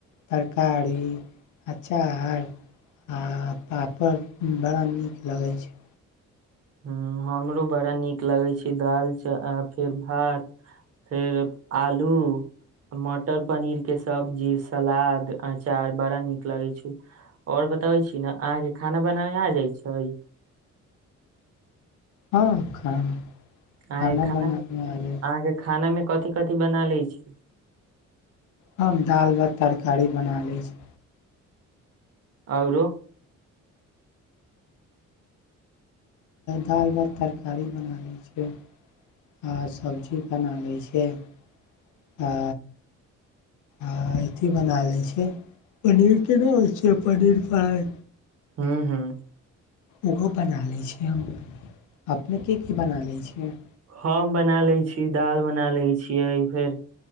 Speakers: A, on the left (about 75°); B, on the right (about 55°).
A: तरकारी अचार आ पापड़ बड़ा नीक लगै छै
B: ह हमरो बड़ा नीक लगै छै दालि च आ फेर भात फेर आलू मटर पनीर के सब्जी सलाद अचार बड़ा नीक लागै छै और बताबै छी ने अहाँ के खाना बनाये आ जाय छै
A: हँ खाना
B: अहाँके
A: खाना बनाब
B: मे
A: अबै
B: अहाँके खाना मे कथि कथि बना ले छै
A: हम दाल भात तरकारी बना लै छी
B: औरो
A: दाल भात तरकारी बना लै छियै आ सब्जी बना लै छै आ आ अथी बना लै छै पनीर केना होइ छै पनीर फ्राइ
B: हूंम्म हुं
A: ओहो बना लै छियै हम अपनेके की की बना लै छिय
B: हम बना लै छि दाल बना लै छियै फेर